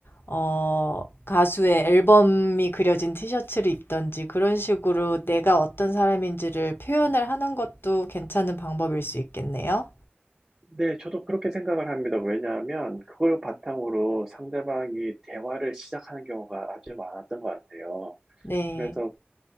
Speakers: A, on the left; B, on the right.
A: 어 가수의 앨범이 그려진 티셔츠를 입든지 그런 식으로 내가 어떤 사람인지를 표현을 하는 것도 괜찮은 방법일 수 있겠네요.
B: 네, 저도 그렇게 생각을 합니다. 왜냐하면 그걸 바탕으로 상대방이 대화를 시작하는 경우가 아주 많았던 것 같아요.
A: 네.
B: 그래서